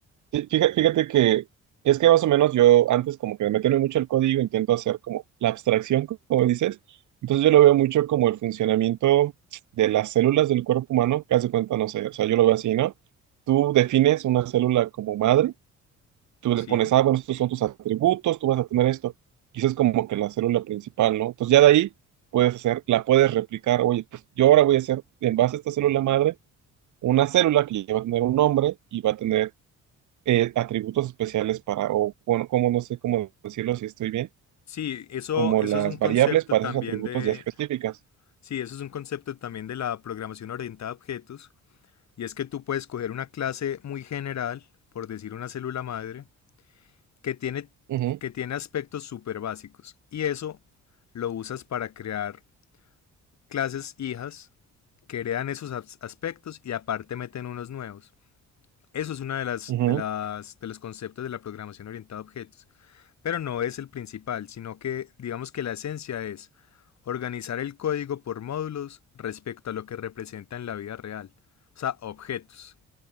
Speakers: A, on the right; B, on the left.
A: fí- fíjate, fíjate que es que más o menos yo antes como que me meterme mucho el código, intento hacer como la abstracción, co- como dices. Entonces yo lo veo mucho como el funcionamiento de las células del cuerpo humano, que hace cuenta, no sé, o sea, yo lo veo así, ¿no? Tú defines una célula como madre tú
B: Sí.
A: le pones, ah, bueno, estos son tus atributos, tú vas a tener esto. Y eso es como que la célula principal, ¿no? Entonces ya de ahí puedes hacer, la puedes replicar, oye, pues yo ahora voy a hacer en base a esta célula madre una célula que ya va a tener un nombre y va a tener eh, atributos especiales para, o bueno, como no sé cómo decirlo si estoy bien,
B: Sí, eso,
A: como
B: eso
A: las
B: es un concepto
A: variables para
B: también
A: esos atributos
B: de.
A: ya específicas.
B: Sí, eso es un concepto también de la programación orientada a objetos. Y es que tú puedes coger una clase muy general, por decir una célula madre, que tiene,
A: Ujú,
B: que tiene aspectos súper básicos. Y eso lo usas para crear clases hijas que heredan esos aspectos y aparte meten unos nuevos. Eso es uno de, las,
A: ujú.
B: de, las, de los conceptos de la programación orientada a objetos, pero no es el principal, sino que digamos que la esencia es organizar el código por módulos respecto a lo que representa en la vida real, o sea, objetos.